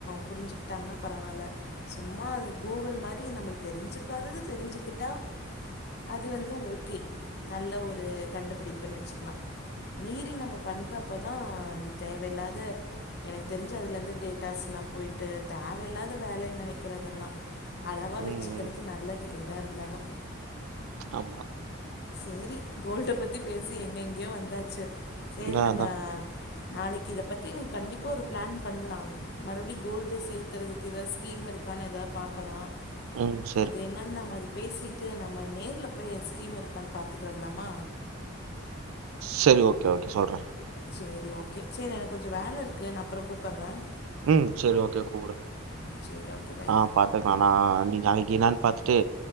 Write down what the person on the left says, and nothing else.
புரிஞ்சுக்கிட்டங்கனா பரவால்ல சும்மா அது கூகுள் மாதிரி நம்மள் தெரிஞ்சுக்காதது தெரிஞ்சிகிட்டா அது வந்து ஓகே நல்ல ஒரு கண்டுபிடிப்புன்னு வச்சுக்கலாம் மீதி மீறி நம்ம பண்றப்பதான் அது தேவையில்லாத எனக்கு தெரிஞ்சு அதுல இருந்து டேட்டாஸ் லாம் போயிட்டு தேவையில்லாத வேலைன்னு நினைக்கிற அதெல்லாம் அளவா
வச்சுக்கிறது
நல்லது எதா இருந்தாலும்
சரி கோல்ட பத்தி பேசி எங்ககெங்கேயோ வந்தாச்சு சரி
நம்ம
நாளைக்கு இதை பத்தி கண்டிப்ப ஒரு பிளான் பண்லாம் மறுபடி கோல்டு சேத்தறதுக்கு எதாவது ஸ்கீம் இருக்கான்னு எதாவது பாக்கலாம்
அது என்னன்னு நம அது பேசிட்டு நம்ம நேரில் போய் அது ஸ்கீம் இருக்க இருக்கானு பார்த்துட்டு வரலாமா
சரி ஓகே சரி எனக்கு கொஞ்சம் வேலை இருக்கு நான் அப்புறம் கூப்பிட்றன்
சேரி ஓகே பாய்